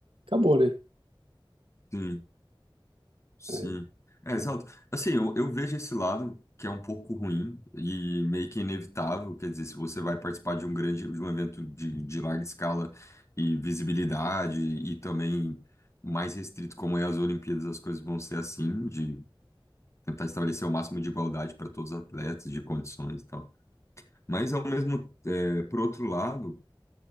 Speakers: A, on the right; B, on the left.
A: acabou, né?
B: Sim, sim.
A: Aí,
B: É, exato.
A: aí,
B: Assim, eu, eu vejo esse lado que é um pouco ruim e meio que inevitável. Quer dizer, se você vai participar de um grande, de um evento de, de larga escala e visibilidade e também mais restrito, como é as Olimpíadas, as coisas vão ser assim, de tentar estabelecer o máximo de igualdade para todos os atletas, de condições e tal. Mas, ao mesmo, é, por outro lado,